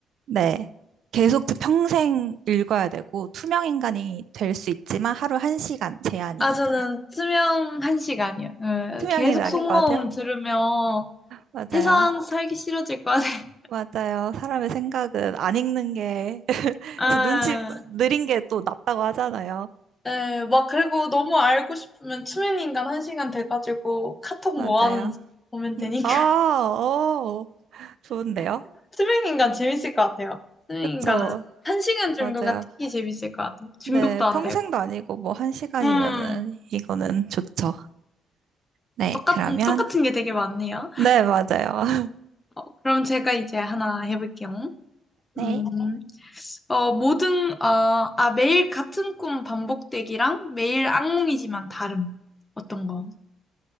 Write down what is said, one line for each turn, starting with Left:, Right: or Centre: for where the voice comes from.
Right: 네. 계속 그 평생 읽어야 되고, 투명인간이 될 수 있지만 하루 한시간 제한이
Left: 아,
Right: 있어요.
Left: 저는 수면 한 시간이요. 예,
Right: 투명이
Left: 계속
Right: 나을
Left: 속마음
Right: 것 같아요.
Left: 들으면
Right: 맞아요.
Left: 세상 살기 싫어질 것 같아요. <laughs>
Right: 맞아요. 사람의 생각은 안 읽는 게, <laughs>
Left: 아,
Right: 그래서 눈치 느린 게 또 낫다고 하잖아요.
Left: 예, 막 그리고 너무 알고 싶으면 투명인간 한 시간 돼가지고 카톡
Right: 맞아요.
Left: 뭐 하는지 보면 되니까.
Right: 음, 아, 어, 좋은데요?
Left: <laughs> 투명인간 재밌을 것 같아요. 투명인간은
Right: 그쵸.
Left: 한 시간 정도가
Right: 맞아요.
Left: 특히 재밌을 것 같아요. 중독도
Right: 네.
Left: 안
Right: 평생도
Left: 되고.
Right: 아니고 뭐 한시간이면은
Left: 음,
Right: 이거는 좋죠. 네.
Left: 똑같은,
Right: 그러면,
Left: 똑같은 게 되게 많네요.
Right: 네, 맞아요. <laughs>
Left: 어, 그럼 제가 이제 하나 해볼게요.
Right: 네.
Left: 음, 어, 모든, 어, 아, 매일 같은 꿈 반복되기랑 매일 악몽이지만 다름. 어떤 거?